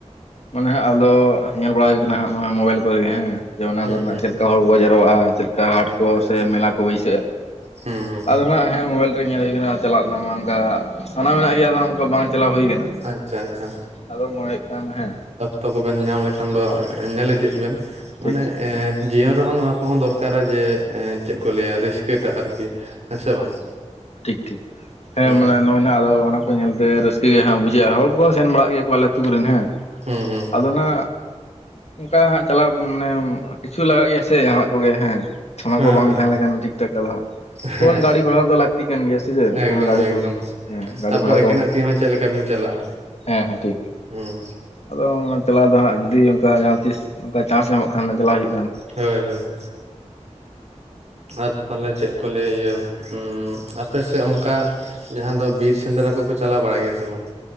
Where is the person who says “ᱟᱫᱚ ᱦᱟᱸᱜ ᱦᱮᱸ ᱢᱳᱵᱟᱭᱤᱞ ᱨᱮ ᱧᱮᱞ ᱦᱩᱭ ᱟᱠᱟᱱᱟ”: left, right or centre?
Left